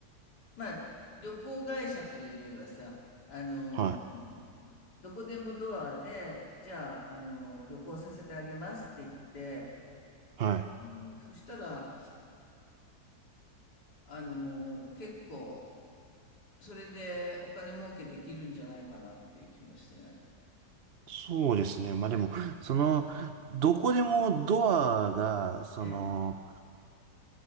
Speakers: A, on the left; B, on the right.
A: まあ、旅行会社というよりはさ、あの、
B: い、は
A: どこでもドアで、じゃあ、あの、旅行させてあげますって言って、
B: い、はい。
A: もう、そしたら、あの、結構、それでお金儲けできるんじゃないかなっていう気もしないでもな
B: そうですね。まあでも、その、どこでもドアが、その、
A: いね。